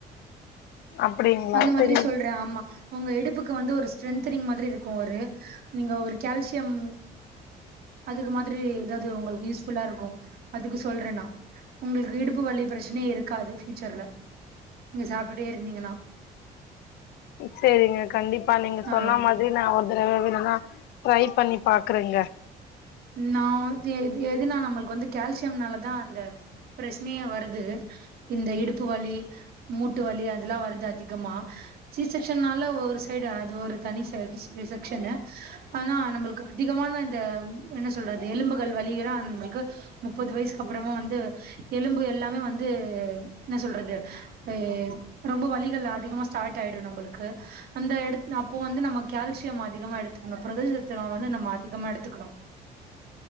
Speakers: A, on the left; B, on the right.
A: அப்டிங்களா
B: அந்த மாதிரி
A: சரி
B: சொல்றே ஆமா உங்க இடுப்புக்கு வந்து ஒரு ஸ்ட்ரென்தனிங் மாதிரி இருக்கோ ஒரு நீங்க ஒரு கால்சியம் அதுக்கு மாதிரி எதாவ்து உங்களுக்கு யூஸ்ஃபுல்லா இருக்கூ அதுக்கு சொல்றே நா உங்களுக்கு இடுப்பு வலி ப்ரச்சனையே இருக்காது ஃபியூச்சர்ல நீங்க சாப்ட்டுட்டே இருந்தீங்கன்னா
A: சேரிங்க கண்டிப்பா நீங்க
B: ஆ
A: சொன்ன மா ரி ஒரு தடவ வேணுனா ட்ரை பண்ணி பாக்குறேங்க
B: நா வந்து எது எதுனா நம்மளுக்கு வந்து கால்சியம்னால தா அந்த ப்ரெஸ்னையே வருது இந்த இடுப்பு வலி மூட்டு வலி அதுலா வருது அதிகமா சி ஷெக்சனால ஒரு சைடு அது ஒரு தனி ச கிஸ்ப்ரிசெக்ஷ்னு ஆனா நம்ளுக்கு அதிகமான இந்த ம் என்ன சொல்றது எலும்புகள் வலிகலா நம்மளுக்கு முப்பது வயசுக்கப்பறமா வந்து எலும்பு எல்லாமே வந்து என்ன சொல்றது பெ ரொம்ப வலிகள் அதிகமா ஸ்டாட் ஆயிடு நம்பளுக்கு அந்த எடத் அப்போ வந்து நம்ம கால்சியம் அதிகமா எடுத் தோ அந்த புரதலு சத்துலா வந்து நம்ம அதிகமா எடுத்துக்கணு